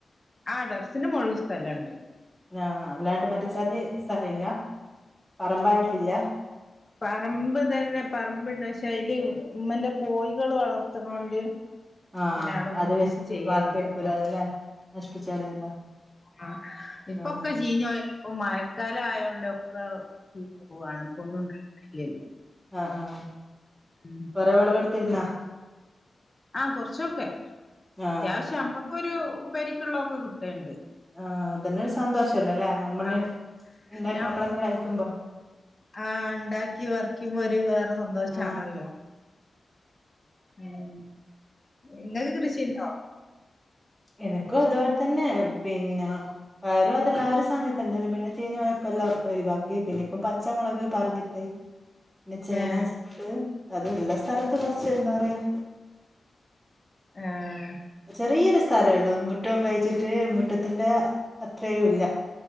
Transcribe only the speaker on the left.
ആ ഡർസിന് മുകളി സ്ഥലം ണ്ട്
പറമ്പ് തന്നെ പറമ്പ്ണ്ട് പക്ഷേ അതില് ഉമ്മന്റെ കോഴികൾ വളർത്തണോണ്ട്
പിന്നെ അവിടൊന്നും
കൃഷി
ചെയ്യല്ല
ആ ഇപ്പൊക്കെ
ചീഞ്ഞോല്ല ഇപ്പ മഴക്കാലം ആയോണ്ടൊക്കെ ചീഞ്ഞുപോവാണ് ഇപ്പ ഒന്നും ഉണ്ടാ <inaudible> ഇല്ലാലോ
ഉം
ആഹ് കുറച്ചൊക്കെ
അത്യാവശ്യം അമ്മക്കൊരു ഉപ്പേരിക്കുള്ളൊക്കെ കിട്ടുണ്ട്
ആഹ്
ഞാൻ
ആഹ് ഉണ്ടാക്കി പർക്കുമ്പോ ഒരു വേറെ സന്തോഷാണല്ലോ
ഉം എങ്ങക്ക് കൃഷിണ്ടോ
ഏഹ്
ഏഹ്